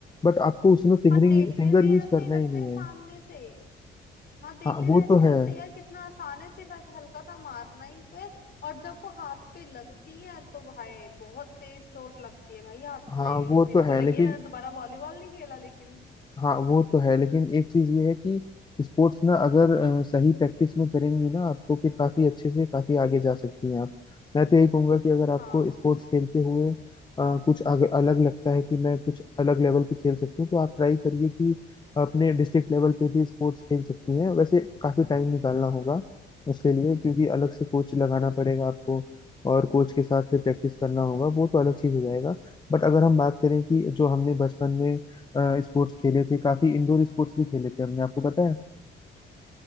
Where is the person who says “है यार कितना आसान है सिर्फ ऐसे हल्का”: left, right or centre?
Left